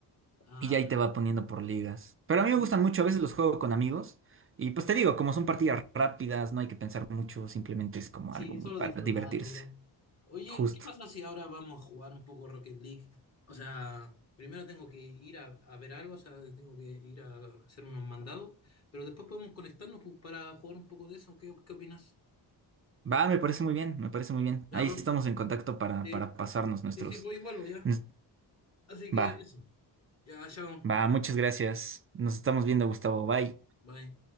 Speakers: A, on the left (about 35°); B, on the right (about 30°).
A: ah,
B: Y ya ahí te va poniendo por ligas. Pero a mí me
A: sí,
B: gustan mucho, a veces los juego con amigos. Y pues te digo, como son partidas rápidas, no hay que pensar mucho, simplemente es como
A: sí,
B: algo muy
A: solo
B: para
A: disfrutarlo,
B: divertirse.
A: bro. Oye,
B: Justo.
A: ¿qué pasa si ahora vamos a jugar un poco Rocket League? O sea, primero tengo que ir a, a ver algo, o sea, tengo que ir a hacer unos mandados, pero después podemos conectarnos pues, para jugar un poco de eso. ¿Qué, qué opinas?
B: Va, me parece muy bien, me parece muy bien.
A: Ya,
B: Ahí
A: bro.
B: estamos en contacto para,
A: Sí,
B: para pasarnos nuestros.
A: sí, sí, voy y vuelvo ya.
B: nos-
A: Así que
B: Va,
A: eso. Ya, chao.
B: va, muchas gracias. Nos estamos viendo, Gustavo. Bye.
A: Bye.